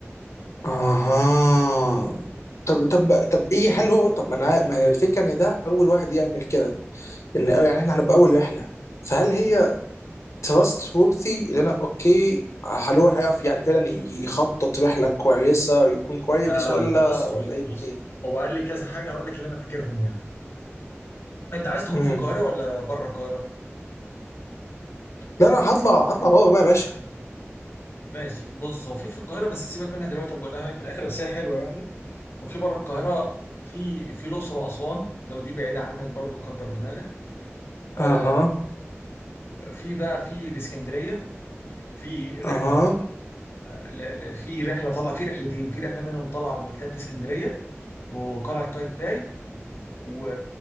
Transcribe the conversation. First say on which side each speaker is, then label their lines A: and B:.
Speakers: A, on the left; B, on the left.
A: اها طب طب طب ايه هل هو طب ما انا ما هي الفكره ان ده اول واحد يعمل كده ان يعني احنا هنبقى اول رحله فهل هي تراست وورثي اللي انا اوكي هل هو هيعرف يعني فعلا يخطط رحله كويسه ويكون كويس
B: لا لا
A: ولا
B: ما ت- بص
A: ولا
B: بص بص
A: ايه؟
B: هو قال لي كذا حاجه هقول لك اللي انا فاكرهم يعني انت عايز تكون
A: امم
B: في القاهره ولا بره القاهره
A: لا انا هطلع هطلع بابا بقى يا باشا
B: ماشي بص هو في في القاهره بس سيبك منها دلوقتي بقولها لك في الاخر بس هي حلوه يعني وفي بره القاهره في في الاقصر واسوان لو دي بعيده عنك برضو كبر دماغك آه
A: اها
B: في بقى في الاسكندريه في رحله
A: اها
B: ل- ل- في رحله طلع في رحلتين في رحله منهم طلع على مكتبه اسكندريه وقلعه قايتباي و...